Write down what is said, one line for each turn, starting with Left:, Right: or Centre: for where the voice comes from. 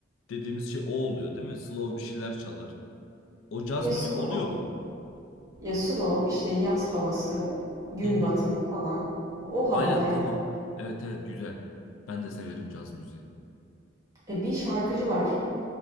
Left: dediğimiz şey o oluyor değil mi? Slow bir şeyler çalar. O caz
Right: Ya slow.
Left: müzik oluyor mu?
Right: Ya slow işte yaz havası, gün
Left: Hı hı.
Right: batımı falan. O havada
Left: Aynen
Right: yani.
Left: tamam. Evet evet güzel. Ben de severim caz müziği.
Right: E, bir şarkıcı var.